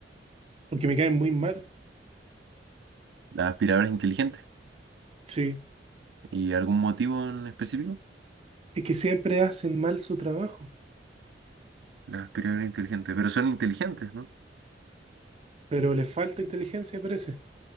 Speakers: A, on the right; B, on the right.
A: porque me caen muy mal.
B: Las aspiradoras inteligentes.
A: Sí,
B: ¿Y algún motivo en específico?
A: es que siempre hacen mal su trabajo,
B: Las aspiradoras inteligentes. Pero son inteligentes, ¿no?
A: pero les falta inteligencia, parece.